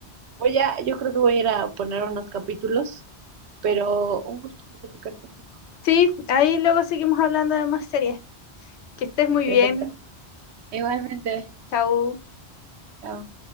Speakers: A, on the right; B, on the left.
A: Voy a, yo creo que voy a ir a poner unos capítulos, pero un gusto platicar contigo.
B: Sí, ahí luego seguimos hablando de más series. Que estés muy
A: Perfecto.
B: bien.
A: Igualmente.
B: Chau.
A: Chao.